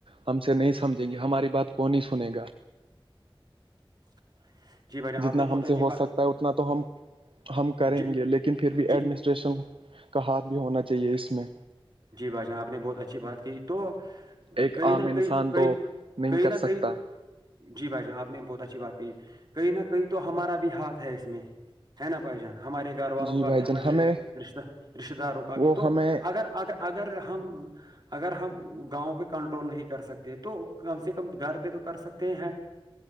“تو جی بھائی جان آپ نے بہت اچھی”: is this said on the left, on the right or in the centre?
Right